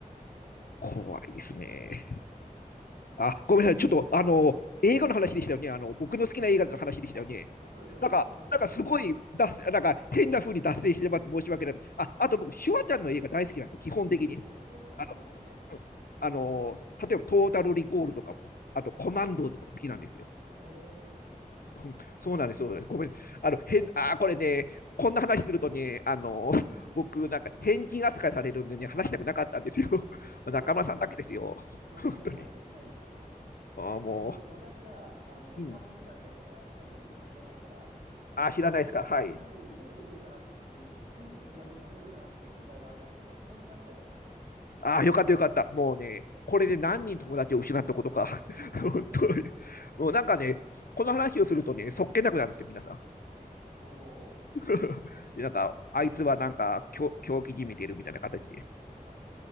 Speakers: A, on the left; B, on the right.
A: 怖いですね。あ、ごめんなさい。ちょっと、
B: うん。
A: あの、映画の話でしたよね。あの、僕の好きな映画の話でしたよね。
B: あ、あ、そうです、そうです。
A: なんか、
B: 戻しましょ
A: なんかすごい脱線、なんか変な風に脱線してまって申し訳ない。あ、あと僕、シュワちゃんの映画大好きなんですよ。基本的に。
B: う。お、シュワちゃんお好きなんですね。
A: あの、うん、あの、例えばトータルリコールとかも、あとコマンドーとかも好きなんですよ。
B: はいはい。へえ。
A: <laughs> うんそうなんです、
B: ぜ
A: そうなんです。ごめん。あの、変、あー、これね、こんな話するとね、あの、僕、なんか変人扱いされるんでね、
B: <laughs>
A: 話したくなかったんですよ。<laughs>
B: いやいや、
A: 中村さんだけですよ。
B: そんな、
A: <laughs>
B: そんなことないですよ。
A: 本当に。
B: しないですよ。
A: あー、
B: でも、
A: も
B: でも私が、あの、
A: う、
B: ターミネーターぐらいしかシュワちゃんの映画知らないから、
A: うん。
B: あの、
A: あー、知らないですか。はい。
B: シンプルについていけるかなって、いいリアクションが取れるかなっていう心配はありますけど、変人扱いはしないです。
A: ああよかったよかった。もうね、これで何人友達を失ったことか。
B: <laughs>
A: <laughs> 本当に。
B: そんなに
A: もうなんかね、この話をするとね、そっけなくなるんですよ、皆さん。
B: おお、
A: <laughs> でなんか、あいつはなんか、狂狂気じみてるみたいな形で
B: はい。